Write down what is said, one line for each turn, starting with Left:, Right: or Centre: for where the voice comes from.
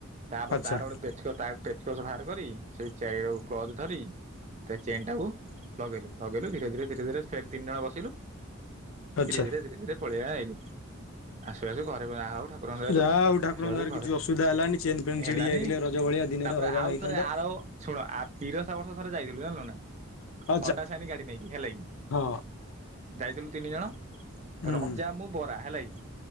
Right: ତାପରେ
Left: ଆଚ୍ଛା
Right: ତାର ଗୋଟେ ପେଚ ତ ପେଚକସ ବାହାର କରି ସେଇ ଚାରିର କ୍ଲଜ୍ ଧରି ତା ଚେନ ଟାକୁ ଲଗେଇଲୁ ଲଗେଇଲୁ ଧୀରେ ଧୀରେ ଧୀରେ ଧୀରେ ଫେର୍ ତିନି ଜଣ ବସିଲୁ
Left: ଆଚ୍ଛା
Right: ଧିରେ ଧିରେ ଧିରେରେ ପଳେଇ ଆଇଲୁ। ହ ଆସିବାସୁ ଘରେ ହଉ ଠାକୁରଙ୍କ ଦାରୁ
Left: ଯାହା ଆଉ ଠାକୁରଙ୍କ
Right: ଆସିବାସୁ
Left: ଦୟାରୁ
Right: ଘରେ
Left: କିଛି ଅସୁବିଧା ହେଲାନି ଚେନ୍ ଫେନ୍ ଛିଡି
Right: ହେଲାନି
Left: ଯାଇଥିଲେ ରଜ ଭଳିଆ ଦିନରେ
Right: ତାପରେ
Left: ହଇରାଣ
Right: ଆଉ
Left: ହେଇଥାନ୍ତ
Right: ଥରେ ଆର ଶୁଣ ଆ ତିରଶା ବର୍ଷ ଥରେ ଯାଇଥିଲୁ ଜାଣିଲୁ ନା
Left: ଆଚ୍ଛା
Right: ହଣ୍ଡା ସାଇନି ଗାଡ଼ି ନେଇକି ହେଲେ କି
Left: ହଁ
Right: ଯାଇଥିଲୁ ତିନି ଜଣ ।
Left: ହୁଁ
Right: ରଜା ମୁଁ ବରା ହେଲାକି ହଁ